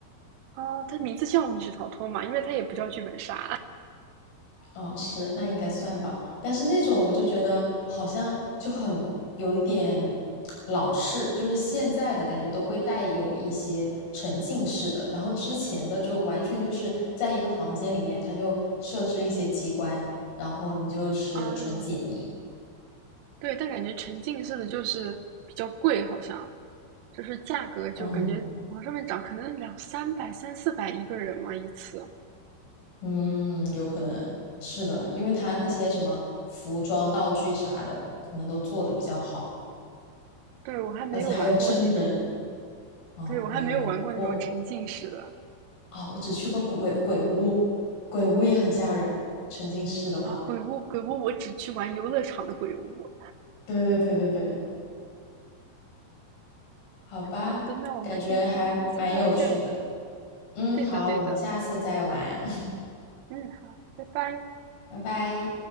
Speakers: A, on the right; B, on the left.
A: 哦，它名字叫密室逃脱嘛，因为它也不叫剧本杀
B: 哦，是，那应该算吧。但是那种我就觉得好像就很有一点老式，就是现在的感觉都会带有一些沉浸式的，然后之前的就完全就是在一个房间里面，它就设置一些机关，然后你就是纯解谜。
A: <laughs> 啊。对，但感觉沉浸式的就是比较贵，好像就是价格就感觉往上面涨，
B: 嗯。
A: 可能两三百、三四百一个人嘛一次。
B: 嗯，有可能是的，因为他那些什么服装、道具啥的，可能都做的比较好，
A: 对，我还没有玩过那种，
B: 而且还有真人。哦，
A: 对，我还没有玩过那种沉浸式的
B: 我也没有，我哦，我只去过鬼鬼屋，鬼屋也很吓人，沉浸式的话。
A: 啊。鬼屋，鬼屋，我只去玩游乐场的鬼屋。
B: 对对对对对，好吧，
A: 好的，那我们今天先到这儿。
B: 感觉还蛮有趣的。嗯，
A: 对的，
B: 好，
A: 对的，
B: 我们下次再玩，
A: 嗯，好，拜拜。
B: <laughs> 拜拜。